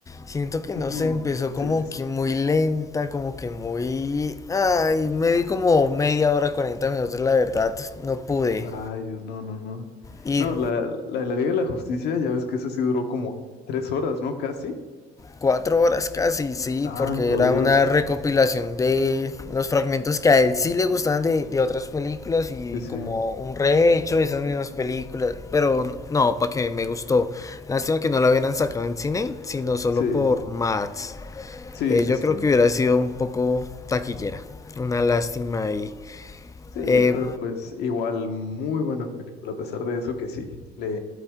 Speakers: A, on the left; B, on the left.
A: siento que no
B: Mm,
A: se empezó como
B: sí, sí, sí.
A: que muy lenta, como que muy... Ay, me vi como media hora, 40 minutos, la verdad, no pude.
B: Rayos, no, no, no.
A: Y
B: No, la, la de la Liga de la Justicia, ya ves que esa sí duró como tres horas, ¿no? Casi.
A: Cuatro horas casi, sí,
B: Santo
A: porque era
B: Dios.
A: una recopilación de los fragmentos que a él sí le gustaban de, de otras películas y
B: Sí, sí.
A: como un rehecho de esas mismas películas. Pero no, para que me gustó. Lástima que no lo hubieran sacado en cine, sino solo
B: Sí,
A: por Mats.
B: sí,
A: Eh,
B: sí,
A: yo
B: sí.
A: creo que hubiera sido un poco taquillera. Una lástima ahí.
B: Sí,
A: Eh,
B: pero pues igual, muy buena película, a pesar de eso que sí, le,